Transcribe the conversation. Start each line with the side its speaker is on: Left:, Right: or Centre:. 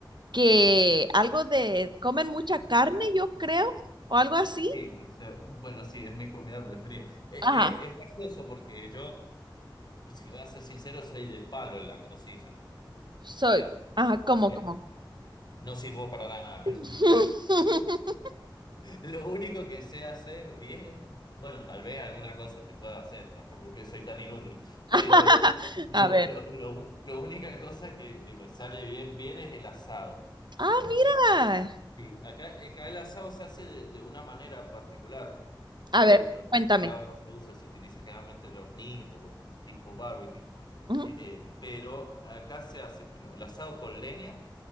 Right: que algo de, comen mucha carne, yo creo, o algo así.
Left: sí, o sea, bueno, sí, es mi comida preferida. Eh, eh,
Right: Ajá.
Left: es gracioso porque yo, si voy a ser sincero, soy de palo en la cocina.
Right: Soy,
Left: O sea,
Right: ajá, como,
Left: eh,
Right: como.
Left: no sirvo para nada, <laughs>
Right: <laughs>
Left: Lo único que sé hacer bien, bueno, tal vez alguna cosa te pueda hacer, tampoco que soy tan inútil,
Right: <laughs>
Left: pero lo,
Right: A ver.
Left: lo, lo- lo única cosa que, que me sale bien, bien es el asado.
Right: Ah, mira.
Left: Y, y acá, acá el asado se hace de, de una manera particular,
Right: A
Left: he
Right: ver,
Left: visto en
Right: cuéntame.
Left: otros lados no se usa, se utiliza generalmente el hornito, o el tipo barbecue,
Right: Ujú,
Left: Eh, pero acá se hace primero el asado con leña,